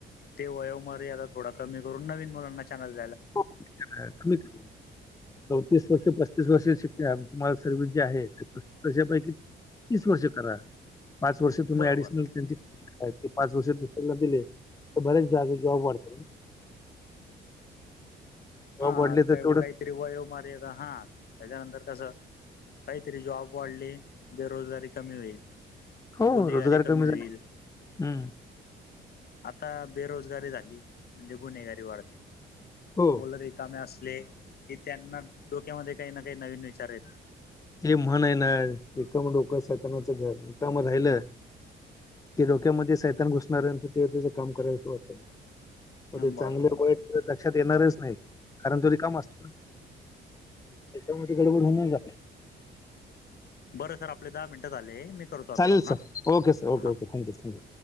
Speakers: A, on the left; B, on the left.
A: ते वयो मरी आता थोडा कमी करून नवीन मुलांना चॅनल
B: <unintelligible> चौतीस वर्ष पस्तीस वर्ष शिक्ष्या <unintelligible> तुम्हाला <unintelligible> सर्वस जे आहे तशपैकी. तीस वर्ष करा. पाच वर्ष तुम्ही
A: बरोबर
B: ऍडिशनल त्यांची. का ते पाच वर्ष दुसऱ्यांना दिले तर बऱ्याच जा <inaudible> जॉब वाढते. जॉब
A: हा
B: वाढले तर
A: का
B: तेवढं
A: काहीतरी वय <unintelligible> मारेत हा त्याच्यानंतर कसं. काहीतरी जॉब वाढले, बेरोजगारी कमी होईल.
B: हो
A: गुन्हेगारी
B: रोजगार
A: कमी
B: झाले
A: होईल.
B: हम्म.
A: आता बेरोजगारी झाली म्हणजे गुन्हेगारी वाढते.
B: हो
A: मुलं रिकामे असले की त्यांना डोक्यामध्ये काही ना काही नवीन विचार येतात.
B: ते म्हण आहे ना रिकाम डोकं सैतानाच घर रिकाम राहिलं. ते डोक्यामध्ये सैतान घुसणार <unintelligible> ते त्याचं काम करायचं वाटत. ते चांगले
A: बरं
B: वाईट लक्षात येणारच नाही, कारण तो रिकामा असतो असतो ना. त्याच्यामुळे गडबड होऊन जाते.
A: बरं सर आपले दहा मिनटं झाले मी- <unintelligible>
B: चालेल
A: हा
B: सर, ओेके सर ओक
A: हा.
B: ओके थँ्यू थँक्यू.